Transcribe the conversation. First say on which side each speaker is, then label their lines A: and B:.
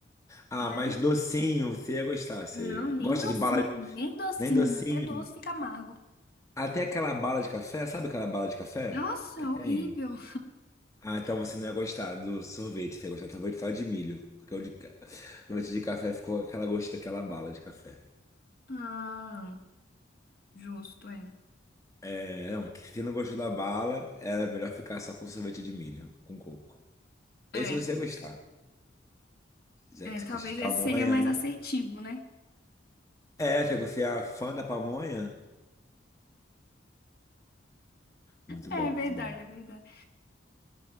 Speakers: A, on the left; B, on the left.
A: Ah,
B: né?
A: mas docinho, você ia gostar. Você
B: Não, nem
A: gosta
B: docinho,
A: de bala,
B: nem docinho.
A: nem docinho.
B: Até doce fica amargo.
A: Até aquela bala de café, sabe aquela bala de café
B: Nossa,
A: que tem?
B: horrível.
A: Ah, então você não ia gostar do sorvete. Você ia gostar do sorvete só de milho. Porque o de ca- <laughs> sorvete de café ficou aquela gosto daquela bala de café.
B: Ah, justo, é.
A: É, não, que se não gostou da bala, era melhor ficar só com sorvete de milho, com coco. Esse
B: É,
A: você ia gostar. Já
B: é,
A: que você
B: talvez
A: gosta de pamonha,
B: esse seria mais
A: né?
B: assertivo, né?
A: É, se você é fã da pamonha, muito
B: É
A: bom,
B: verdade,
A: muito bom.
B: é verdade.